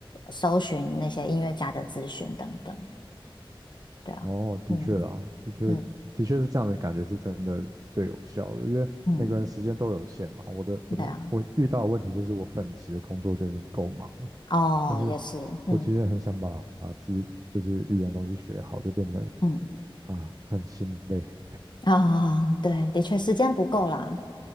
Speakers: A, on the left; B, on the right.
A: 搜寻那些音乐家的资讯等等，对啊，
B: 哦，的确啦，
A: 嗯
B: 的确，
A: 嗯
B: 的确是这样的感觉，是真的是最有效的，因为每个人时间都有限嘛。
A: 嗯，
B: 我的，我的，
A: 对啊，
B: 我遇到的问题就是我本职工作就已经够忙了，
A: 哦，
B: 但是我其实很想把把自己就是语言的东西学好，
A: 也是，嗯
B: 就变成。
A: 嗯，
B: 啊，很心累。
A: 啊、对，的确时间不够啦。